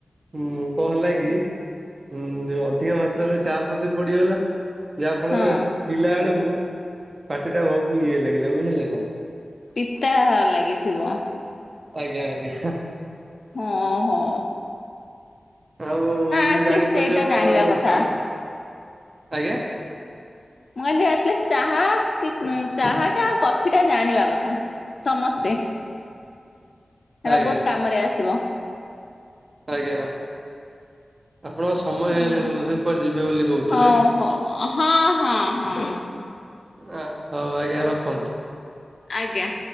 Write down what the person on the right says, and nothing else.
ହୁଁ କ ହେଲା କି ହୁଁ ଅଧିକ ମାତ୍ରାରେ ଚା ପଡିଗଲା ଯାହା ଫଳରେ
ପିଲା ବେଳକୁ ପାଟି ଟା ବହୁତ ଇଏ ଲାଗିଲା ବୁଝିଲେ ନା?
ଆଜ୍ଞା ଆଜ୍ଞା ହା।
ଆଉ ମୁଁ
ଜାଣିପାରୁଛି
<unintelligible>
କାମ ଆଜ୍ଞା?
ଆଜ୍ଞା
ଆଜ୍ଞା ଆପଣଙ୍କ ସ୍ ସମୟ ହେଇଗଲାଣି
ବୋଧେ କୁଆଡ ଯିବେ ବୋଲି କରଥିଲେ?
ଆ ହଉ ଆଜ୍ଞା ରଖନ୍ତୁ।